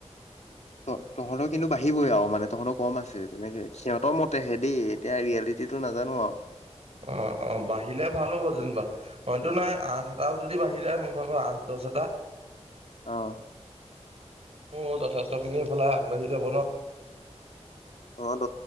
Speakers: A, on the left; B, on the right.
A: <inaudible> তহঁতৰ কিন্তু বাঢ়িবই আৰু মানে তহঁতৰ কম আছে, তেনেকে সিহঁতৰ মতেহে দেই এতিয়া ৰিয়েলিটিটো নাজানো আও।
B: অঁ অ বাঢ়িলে ভাল হ'ব যেনিবা। হয়তো নাই আঠ এটায়ো যদি বাঢ়ি যায়, মোৰ ভাগৰ আঠ দশ এটা
A: অঁ।
B: অঁ, যথেষ্টখিনি ইফালে আগবাঢ়ি যাব ন।
A: অঁ ত